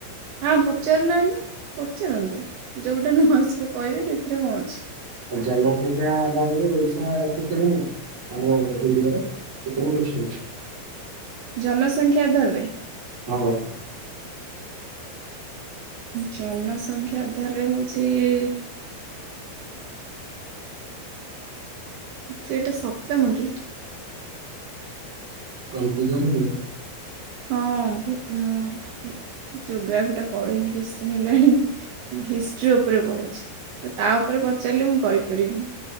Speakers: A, on the right; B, on the right.
A: ହଁ ପଚାରୁନାହାନ୍ତି ପଚାରନ୍ତୁ ଯେଉଁଟା ନ ଆସିବ କହିବେ ସେଥିରେ କଣ ଅଛି।
B: ଜନସଂଖ୍ୟା ଆଧାରରେ ଓଡିଶା କେତେ ନମ୍ୱର? ଆମ ଇଣ୍ଡିଆରେ କେତଟି ଡିଷ୍ଟି ଅଛି?
A: ଜନସଂଖ୍ୟା ଆଧାରରେ
B: ହଁ।
A: ଜନସଂଖ୍ୟା ଆଧାରରେ ହେଉଛି ଇ ସେଇଟା ସପ୍ତମକି?
B: କନଫ୍ୟୁଜନ ମୁଁ।
A: ହଁ ମୁଁ ଜୋଗ୍ରାଫି ଟା ପଢେଇନି କିଛି ଦିନ ହେଲାଣି। ମୁଁ ହିଷ୍ଟ୍ରି ଉପରେ ପଢ଼ୁଛି ତ ତା ଉପରେ ପଚାରିଲେ ମୁଁ କହିପାରିବି।